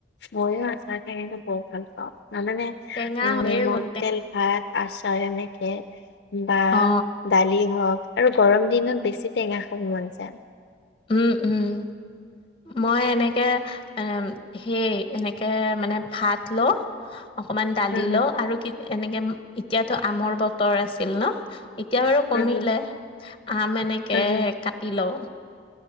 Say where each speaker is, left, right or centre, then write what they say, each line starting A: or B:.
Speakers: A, on the left; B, on the left.
A: ময়ো আচাৰ খাইকিনে বহুত ভাল পাওঁ জানানে
B: টেঙা
A: উম
B: হলেই
A: নিমখ
B: হ'ল
A: তেল ভাত আচাৰ এনেকে বা
B: অ
A: দালি হওক আৰু গৰম দিনত বেছি টেঙা খব মন যায়
B: উম উম মই এনেকে এ হেই এনেকে মানে ভাত লও অকমান দালি
A: হুম হুম
B: লও আৰু কি এনেকে এতিয়াতো আমৰ বতৰ আছিল ন এতিয়া বাৰু কমিলে
A: হুম হুম
B: আম এনেকে
A: হুম হুম
B: কাটি লওঁ